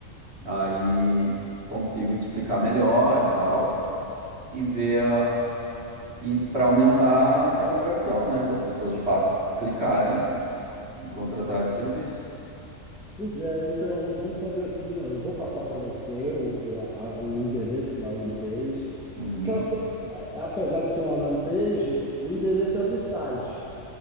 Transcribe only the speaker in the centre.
pois é, então vamos fazer assim, ó, eu vou passar para você o, o, a- o endereço da Lampage,
que ela foi, é, é, apesar de ser uma Lampage, o endereço é o do site.